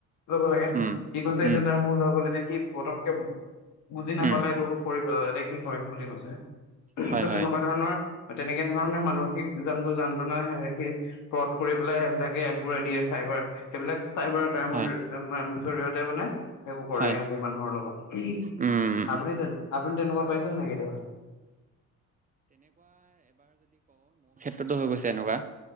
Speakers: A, on the left; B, on the right.
A: ল'ব লাগে।
B: উম,
A: সি কৈছে
B: উম,
A: এতিয়া তাৰ ভুল হৈ গ'ল এতিয়া এই পতক বুজি নাপালে
B: উম,
A: সেইটো পেলাই এয়া কি কৰিম বুলি কৈছে?
B: হয়,
A: ত' তেনেকুৱা
B: হয়,
A: ধৰণৰ তেনেকে ধৰণে মানসিক জন্তু যন্ত্ৰণা হেনেকেই ফ্ৰত কৰি পেলাই সেইবিলাকে এপ বোৰে দিয়ে চাইবাৰ সেইবিলাক চাইবাৰ ক্ৰাই-মৰ
B: হয়,
A: <unintelligible> জৰিয়তে মানে সেইবোৰ কৰে
B: হয়,
A: সিহঁতে মানুহৰ লগত
B: উম।
A: আপুনি তে-আপুনি তেনেকুৱা পাইছে নে নাই কেতিয়াবা?
B: তটো হৈ গৈছে এনেকুৱা